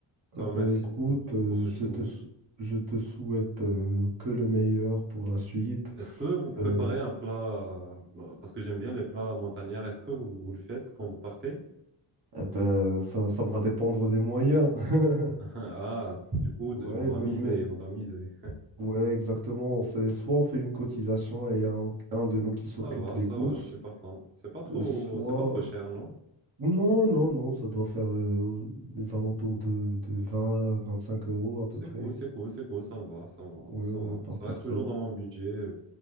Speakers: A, on the right; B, on the right.
A: Je te
B: Ah bah
A: remercie
B: écoute,
A: pour,
B: euh,
A: pour ceci,
B: je te,
A: ouais.
B: sou- je te souhaite euh, que le meilleur pour la suite.
A: Est-ce que vous préparez
B: Euh,
A: un plat, euh, parce que j'aime bien les plats montagnards, est-ce que vous, vous le faites quand vous partez?
B: eh ben, ça, ça va dépendre des moyens. <laughs>
A: <laughs> Ah, du coup,
B: Ouais,
A: on doit
B: mais,
A: miser,
B: mais-
A: on doit miser.
B: ouais, exactement. C'est soit on fait une cotisation et un, un de nous qui
A: Ça
B: s'occupe
A: va,
B: des
A: ça
B: courses,
A: va, je suis partant. C'est pas trop,
B: euh, soit...
A: c'est pas trop cher, non?
B: Non, non, non, ça doit faire euh, des alentours de, de 20, 25 euros à peu
A: C'est
B: près.
A: cool, c'est cool, c'est cool, ça me va, ça me va,
B: Ouais,
A: ça
B: ouais,
A: me va.
B: par
A: Ça
B: personne.
A: reste toujours dans mon budget. euh.